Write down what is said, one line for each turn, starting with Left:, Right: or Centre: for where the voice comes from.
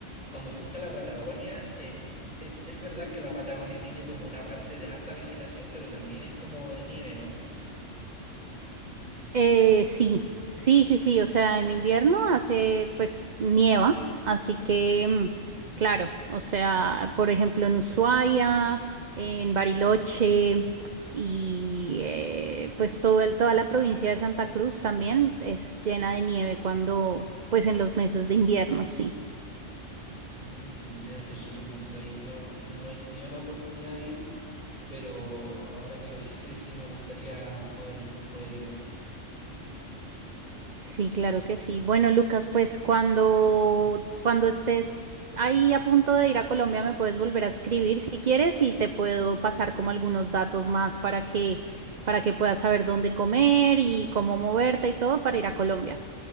Left: cuando fuiste a la Patagonia, eh, e- es verdad que la Patagonia tiene como una parte de harta vegetación, pero también es como de nieve, ¿no?
Right: Eh, sí, sí, sí, sí, o sea, en invierno hace, pues, nieva, así que, mm, claro, o sea, por ejemplo, en Ushuaia, en Bariloche y eh, pues todo el- toda la provincia de Santa Cruz también es llena de nieve cuando, pues, en los meses de invierno, sí.
Left: Mm, debe ser súper bonito ahí. Yo no he tenido la oportunidad de ir, pero ahora que lo dices, sí me gustaría poder, poder ir allá.
Right: Sí, claro que sí. Bueno, Lucas, pues cuando, cuando estés ahí a punto de ir a Colombia, me puedes volver a escribir si quieres y te puedo pasar como algunos datos más para que, para que puedas saber dónde comer y cómo moverte y todo para ir a Colombia.